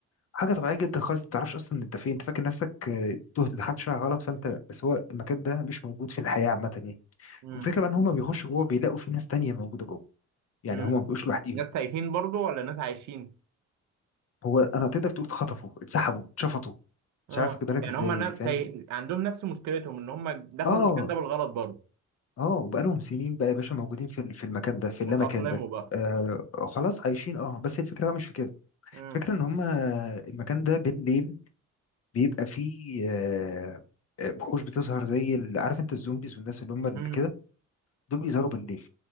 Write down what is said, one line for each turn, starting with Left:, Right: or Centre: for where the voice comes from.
Left: حاجة طبيعية جدا خالص ما تعرفش اصلا انت فين انت فاكر نفسك آه، تهت دخلت شارع غلط فانت بس هو المكان ده مش موجود في الحياة عامة يعني
Right: مم.
Left: والفكرة بقى ان هما بيخشوا جوه بيلاقوا في ناس تانية موجودة جوه يعني
Right: مم.
Left: هما ما بيبقوش لوحديهم
Right: ناس تايهين برضو ولا ناس عايشين
Left: هو انا تقدر تقول اتخطفوا اتسحبوا اتشفطوا
Right: اه
Left: مش عارف اجيبها لك
Right: يعني
Left: ازاي
Right: هما ناس
Left: فاهم
Right: تايه... عندهم نفس مشكلتهم ان هما دخلوا
Left: اه
Right: المكان ده بالغلط برضو
Left: اه وبقالهم سنين بقى يا باشا موجودين في ال- في المكان ده في اللامكان
Right: واتأقلموا
Left: ده
Right: بقى
Left: آه خلاص عايشين اه بس الفكره بقى مش في كده
Right: مم.
Left: الفكره ان هم المكان ده بالليل بيبقى فيه آه آه، وحوش بتظهر زي ال- عارف انت الزومبيز والناس اللي هم اللي
Right: مم.
Left: كده دول بيظهروا بالليل